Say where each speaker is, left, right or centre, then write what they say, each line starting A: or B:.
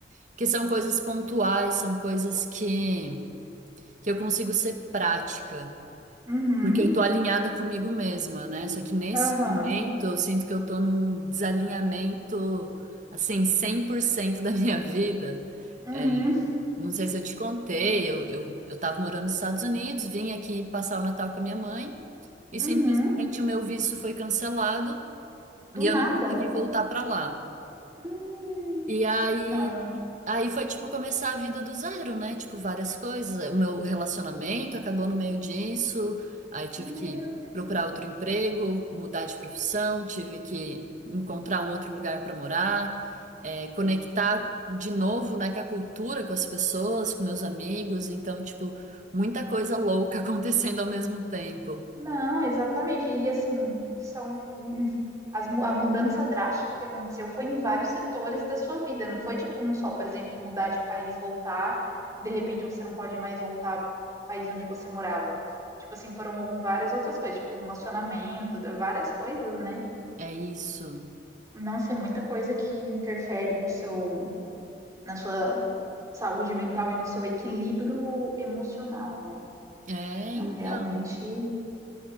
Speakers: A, on the right; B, on the right.
A: porque são coisas pontuais, são coisas que, que eu consigo ser prática.
B: Uhum,
A: Porque eu tô alinhada comigo mesma, né? Só que nesse
B: aham,
A: momento eu sinto que eu tô num desalinhamento, assim, 100% da minha vida.
B: uhum,
A: É, não sei se eu te contei,
B: <laughs>
A: eu, eu, eu tava morando nos Estados Unidos, vim aqui passar o Natal com a minha mãe e simplesmente
B: uhum.
A: o meu visto foi cancelado
B: Do
A: e
B: nada.
A: eu não consegui voltar para lá.
B: Hum,
A: E aí,
B: não.
A: aí foi tipo começar a vida do zero, né? Tipo, várias coisas. O meu relacionamento acabou no meio disso, aí tive
B: Meu
A: que
B: Deus.
A: procurar outro emprego, mudar de profissão, tive que encontrar um outro lugar para morar, é, conectar de novo, né, com a cultura, com as pessoas, com meus amigos. Então, tipo, muita coisa louca <laughs> acontecendo ao mesmo tempo.
B: Não, exatamente. E assim, são as mu- a mudança drástica que aconteceu foi em vários setores da sua vida. Não foi tipo um só, por exemplo, mudar de país, voltar, e de repente você não pode mais voltar para o país onde você morava. Tipo assim, foram várias outras coisas, tipo relacionamento, várias coisas, né?
A: É isso.
B: Nossa, é muita coisa que interfere no seu, na sua saúde mental e no seu equilíbrio emocional, né?
A: É,
B: Não,
A: então.
B: realmente.